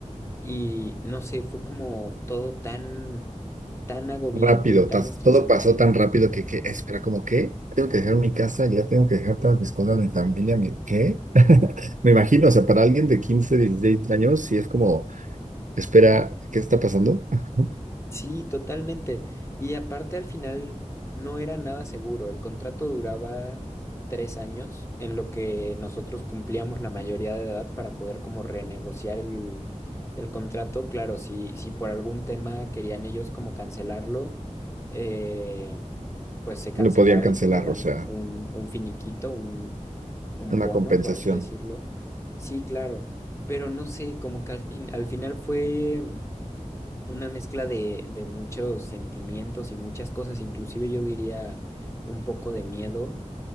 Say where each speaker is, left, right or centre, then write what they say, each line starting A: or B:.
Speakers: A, on the left (about 20°); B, on the right (about 80°).
A: Y no sé, fue como todo tan, tan agobiante
B: rápido,
A: y tan
B: ta-
A: estresante
B: todo pasó tan rápido que, que espera, como que tengo que dejar mi casa, ya tengo que dejar todas mis cosas, mi familia, mi, ¿qué? <laughs> Me imagino, o sea, para alguien de 15 16 años, sí es como, espera, ¿qué está pasando? <laughs>
A: Sí, totalmente. Y aparte al final no era nada seguro. El contrato duraba tres años en lo que nosotros cumplíamos la mayoría de edad para poder como renegociar el, el contrato. Claro, si, si por algún tema querían ellos como cancelarlo, eh, pues se cancelaba
B: No podían cancelar,
A: y te daban
B: o sea,
A: un, un finiquito, un, un
B: una
A: bono,
B: compensación.
A: por así decirlo. Sí, claro. Pero no sé, como que al fin, al final fue una mezcla de, de muchos sentimientos y muchas cosas, inclusive yo diría un poco de miedo